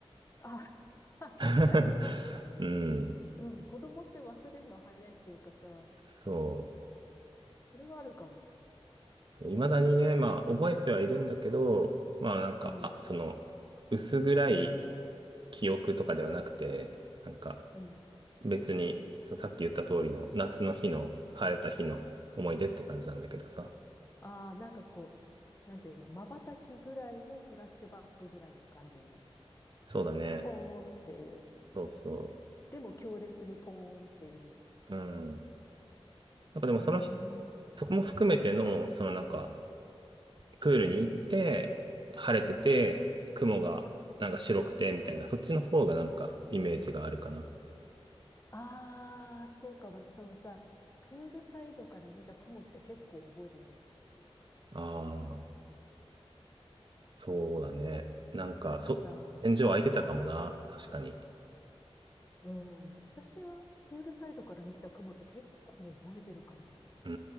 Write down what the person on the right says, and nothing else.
<laughs>
うん。
そう。
そう、未だにね、まあ、覚えてはいるんだけど、まあ、なんか、
あ、その、薄暗い記憶とかではなくて、なんか、
別に、そう、さっき言った通りの、夏の日の、晴れた日の思い出って感じなんだけどさ。
そうだね。
そうそ
う。うん。なんかでも、
そのひ、そこも含めての、そのなんか、プールに行って、晴れてて、
雲が、なんか白くて、みたいな、そっちの方がなんか、イメージがあるかな。
ああ、そうだね。なんか、
そ、天井空いてたかもな。
確かに。
うー